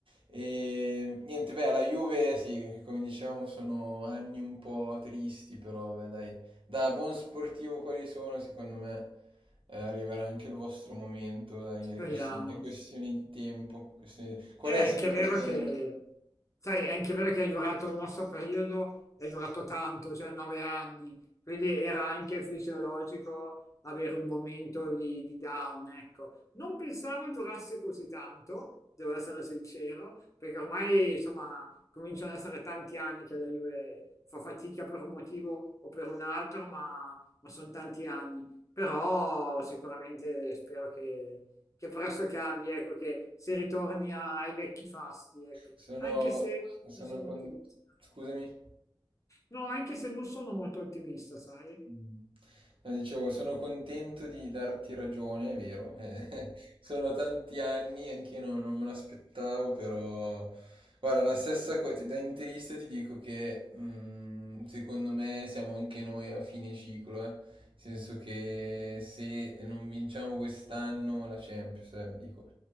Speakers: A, on the right (about 75°); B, on the left (about 35°).
A: E niente, beh, la Juve, sì, come dicevamo, sono anni un po' tristi, però, beh, dai, da buon sportivo quali sono, secondo me eh, arriverà anche il vostro momento, dai,
B: Speriamo.
A: è question- è questione, di tempo. questione di- Qual
B: E è
A: è
B: anche
A: secondo
B: vero
A: te?
B: che, sai, è anche vero che è durato il nostro periodo, è durato tanto, cioè nove anni, quindi era anche fisiologico avere un momento di, di down, ecco. Non pensavo durasse così tanto, devo essere sincero, perché ormai, insomma, cominciano ad essere tanti anni che la Juve fa fatica per un motivo o per un altro, ma, ma sono tanti anni. Però sicuramente spero che che presto cambi, ecco, che si ritorni a- ai vecchi fasti, ecco.
A: Sono,
B: Anche se
A: sono
B: non sono
A: con...
B: ottimista.
A: Scusami.
B: No, anche se non sono molto ottimista, sai?
A: Mh. No, dicevo, sono contento di darti ragione, è vero, eh, <laughs> sono tanti anni, anch'io non non me l'aspettavo, però guarda, la stessa co ti da interista ti dico che, mhmm, secondo me siamo anche noi a fine ciclo, eh. Nel senso che se non vinciamo quest'anno la Champions, eh, dico,